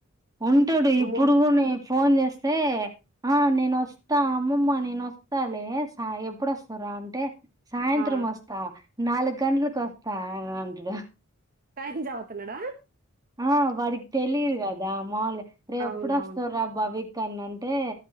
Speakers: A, on the right; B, on the right.
A: ఉంటాడు
B: అమ్మో
A: ఇప్పుడు గూనీ ఫోన్ చేస్తే ఆ నేను ఒస్తా అమ్మమ్మ నేను ఒస్తాలే సా ఎప్పుడొస్తావురా అంటే సాయంత్రం
B: ఆ
A: వస్తా నాలుగ్ కంట్లకు ఒస్తా అని అంటడు
B: టైం జెవుతున్నడా
A: ఆ వాడిక్ తెలీదు గదా మాములుగా రే
B: అవునవును
A: ఎప్పుడొస్తావుర బవి కన్ అని అంటే